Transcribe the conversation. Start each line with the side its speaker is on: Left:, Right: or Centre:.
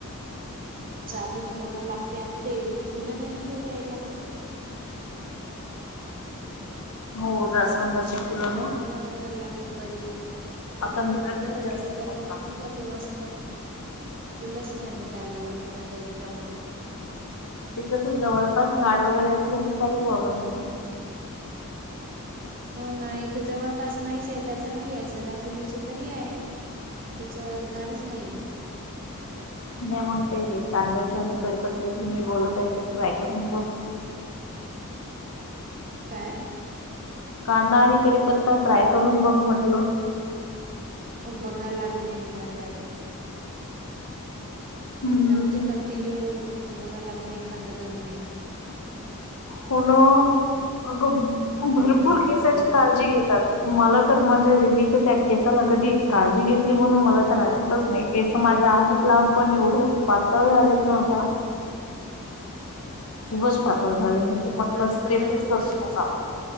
Right: चालू ठेवणं लागते आता ते फुलं नाय ना भेटायल लागले
Left: हो जास्वंदाची फुलं
Right: त्याचं फुलांमुळे
Left: ना
Right: व्हायला लागली परेशानी नायतर
Left: आता मिळत
Right: ते फुलं
Left: नाही
Right: भेटले
Left: जास्त प्रमाणात
Right: तर होऊन जाते मस्त ती फुलच नाय भेटायला लागले पण आता इतक्यामध्ये
Left: ते कस जवळपास झाड वगैरे असलं की काही प्रॉब्लेम नाही.
Right: हो ना इथ जवळपास नाहीच आहे त्याचा नाहीये सदा फुलीची तरी आहे. त्याच झाडच नाहीये.
Left: नाय मग ते कांद्याचं आणि कडपत्त्याचं मी बोलत आहे ते ट्राय करून बघ.
Right: काय?
Left: कांदा आणि कडीपत्ता ट्राय करून बघ म्हटलं.
Right: तू बघायला लाग मी एकदा ट्राय करून
Left: हम्म
Right: एकदा म्हणजे कंटिन्यू बघाय लागन एखादा दोन महिना
Left: होन अग
Right: काही
Left: भरपूर
Right: फरक
Left: केसाची
Right: पडते का
Left: काळजी घेतात. मला तर म्हणजे मी तर त्या केसाला कधी काळजी घेतली म्हणून मला तर आठवतच नाही केस माझ्या आहेत लांब पण एवढे पातळ झालेत ना आता खूपच पातळ
Right: हो
Left: झाले
Right: का
Left: मी ते म्हटलं
Right: माझे
Left: स्टेपच
Right: पण झाले
Left: करू
Right: तसेच
Left: टाका.